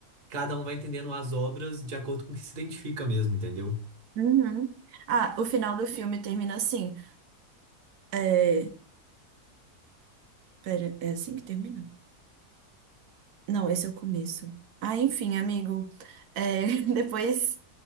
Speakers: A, on the right (about 30°); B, on the right (about 80°).
A: cada um vai entendendo as obras de acordo com o que se identifica mesmo, entendeu?
B: Uhum. Ah, o final do filme termina assim. É... Pera, é assim que termina? Não, esse é o começo. Ah, enfim, amigo. É, <laughs> Depois